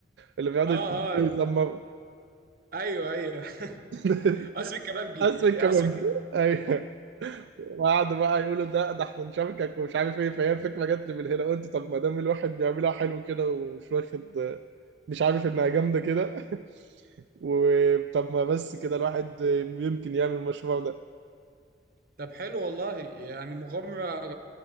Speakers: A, on the right (about 75°); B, on the right (about 55°).
A: اللي بيقعدوا
B: آه آه
A: يزمروا
B: أيوه أيوه <laughs>
A: <laughs>
B: قصر الكبابجي
A: اسم الكبابجي
B: قصر الك-
A: ايوه وقعدوا بقى يقولوا ده ده احنا نشاركك ومش عارف ايه فهي الفكره جت لي من هنا قلت طب ما دام الواحد بيعملها حلو كده ومش واخد مش عارف انها جامده كده <laughs> وطب ما بس كده الواحد يمكن يعمل المشروع ده
B: طب حلو والله يعني مغامرة